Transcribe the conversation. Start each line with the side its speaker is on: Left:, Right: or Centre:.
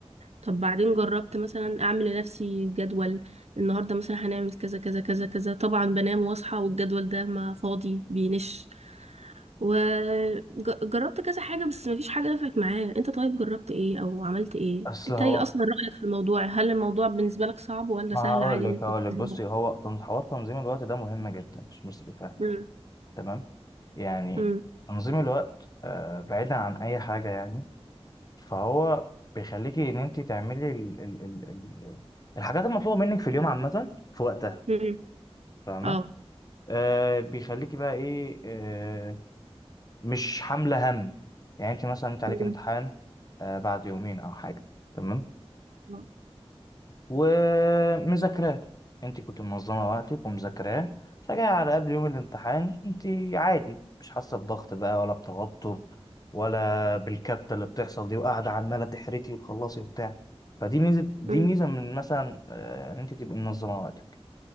Right: طب بعدين جربت مثلا اعمل لنفسي جدول النهارده مثلا هنعمل كذا كذا كذا كذا طبعا بنام واصحى والجدول ده ما فاضي بينش وجربت كذا حاجة بس مفيش حاجة نفعت معايا انت طيب جربت ايه او عملت ايه
Left: اصل
Right: انت
Left: هو
Right: ايه اصلا رأيك في الموضوع هل الموضوع بالنسبة لك صعب ولا
Left: ما
Right: سهل
Left: هقول
Right: عادي
Left: لك
Right: ان انت
Left: هقول
Right: تنزل
Left: لك بصي
Right: بقى؟
Left: هو تن- حوار تنظيم الوقت ده مهم جدا مش بس بيفهم
Right: مم.
Left: تمام؟ يعني
Right: مم.
Left: تنظيم الوقت آه، بعيدا عن أي حاجة يعني فهو بيخليكي إن انت تعملي ال ال ال ال الحاجات المطلوبة منك في اليوم عامة في وقتها
Right: مم.
Left: فاهمة؟
Right: اه
Left: آه بيخليكي بقى ايه آه، مش حاملة هم يعني انت مثلا انت عليك
Right: مم.
Left: امتحان آه، بعد يومين او حاجة تمام
Right: اه
Left: ومذاكراه انت كنت منظمة وقتك ومذاكراه فجأة على قبل يوم الامتحان انت عادي مش حاسة بضغط بقى ولا بتوتر ولا بالكبتة اللي بتحصل دي وقاعدة عمالة تحرتي وتخلصي وبتاع فدي ميزة دي
Right: مم.
Left: ميزة من مثلا آه، ان انت تبقي منظمة وقتك